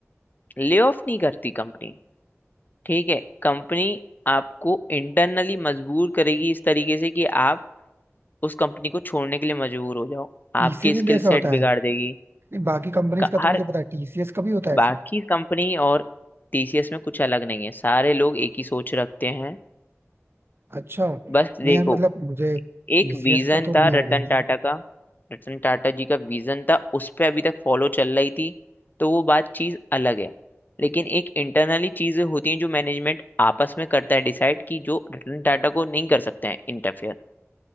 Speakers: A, on the left; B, on the right.
A: ले ऑफ नहीं करती कंपनी ठीक है कंपनी आपको इंटरनली मजबूर करेगी इस तरीके से कि आप उस कंपनी को छोड़ने के लिए मजबूर हो जाओ
B: टीसीएस
A: आपके
B: में
A: स्किल
B: भी ऐसा होता
A: सेट बिगाड़
B: है
A: देगी
B: नहीं बाकी कंपनीज
A: क-
B: का तो
A: हर
B: मुझे पता है टीसीएस का भी होता है ऐसे
A: बाकी कंपनी और टीसीएस में कुछ अलग नहीं है सारे लोग एक ही सोच रखते हैं
B: अच्छा नहीं
A: बस देखो
B: यार मतलब मुझे
A: एक
B: टीसीएस
A: विजन
B: का तो नहीं
A: था रतन
B: आइडिया
A: टाटा
B: था
A: का रतन टाटा जी का विजन था उस पे अभी तक फॉलो चल रही थी तो वो बात चीज अलग है लेकिन एक इंटरनली चीजें होती हैं जो मैनेजमेंट आपस में करता है डिसाइड कि जो रतन टाटा को नहीं कर सकते हैं इंटरफेयर